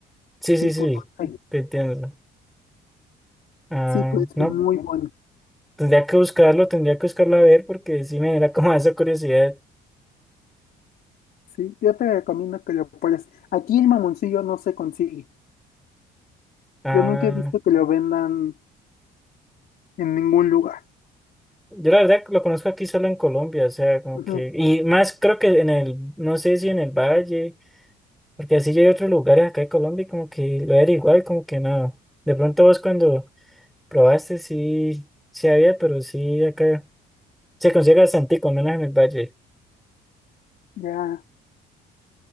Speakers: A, in the centre; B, on the left.
A: Sí, sí,
B: Tipo,
A: sí.
B: no sé.
A: Te entiendo. Ah,
B: sí, pues
A: no.
B: muy bueno.
A: Tendría que buscarlo, tendría que buscarlo a ver porque sí me da como esa curiosidad.
B: Sí, yo te recomiendo que lo pruebes. Aquí el mamoncillo no se consigue.
A: ah
B: Yo nunca he visto que lo vendan en ningún lugar.
A: Yo la verdad lo conozco aquí solo en Colombia, o sea, como
B: Ujú,
A: que, y más creo que en el, no sé si en el Valle, porque así yo hay otros lugares acá en Colombia y como que lo era igual, como que no. De pronto vos cuando probaste sí, sí había, pero sí acá se consigue bastante, con menos en el Valle.
B: Ya,